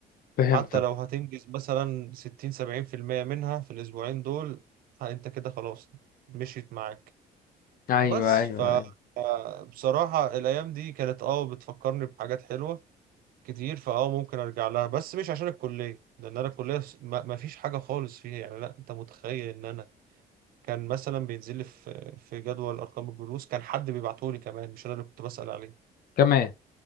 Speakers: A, on the left; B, on the right.
A: فهمتك
B: حتى لو هتنجز مثلا ستين سبعين في المية منها في الاسبوعين دول ها انت كده خلاص مشيت معاك
A: ايوه
B: بس
A: ايوه
B: ف
A: ايوه
B: آه، بصراحة الأيام دي كانت اه بتفكرني بحاجات حلوة كتير فاه ممكن أرجع لها بس مش عشان الكلية لأن أنا الكلية ما فيش حاجة خالص فيها يعني لا أنت متخيل إن أنا كان مثلا بينزل لي في في جدول ارقام الجلوس كان حد بيبعته لي كمان مش انا اللي كنت بسأل عليه
A: كمان